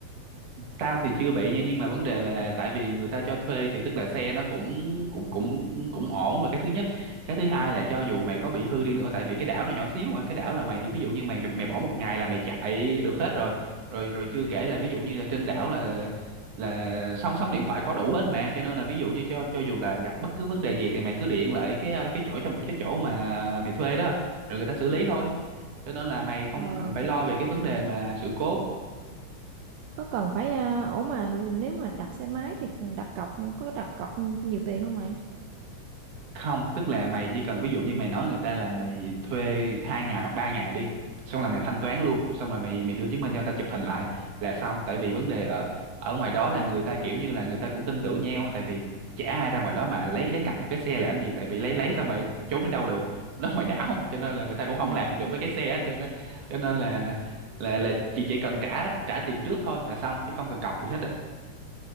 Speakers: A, on the right (about 60°); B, on the right (about 80°).
A: tao thì chưa bị nha nhưng mà vấn đề là tại vì người ta cho thuê thì tức là xe nó cũng cũng cũng cũng ổn là cái thứ nhất cái thứ hai là cho dù mày có bị hư đi nữa tại vì cái đảo nó nhỏ xíu mà cái đảo là mày ví dụ như mày mày, mày bỏ một ngày là mày chạy được hết rồi rồi rồi chưa kể là ví dụ như là trên đảo là là sóng sóng điện thoại có đủ hết mà cho nên là ví dụ như cho cho dù là gặp bất cứ vấn đề gì thì mày cứ điện lại cái cái chỗ trong cái chỗ mà mày thuê đó rồi người ta xử lý thôi cho nên là mày không
B: ờ
A: cần phải lo về cái vấn đề mà sự cố
B: Có cần phải à, ủa mà nếu mà đặt xe máy thì đặt cọc có đặt cọc nhiều tiền không mày?
A: không tức là mày chỉ cần ví dụ như mày nói người ta là mày thuê hai ngày hoặc ba ngày đi xong là mày thanh toán luôn xong là mày mày đưa chứng minh cho người ta chụp hình lại là xong tại vì vấn đề ở ở ngoài đó là người ta kiểu như là người ta cũng tin tưởng nhau tại vì chả ai ra ngoài đó mà lấy lấy cắp một cái xe làm gì tại vì lấy lấy xong rồi trốn đi đâu được <laughs> nó ngoài đảo mà cho nên là người ta cũng không
B: <laughs>
A: làm gì được với cái xe hết trơn á cho nên là là là chị chỉ cần trả trả tiền trước thôi là xong chứ không cần cọc gì hết á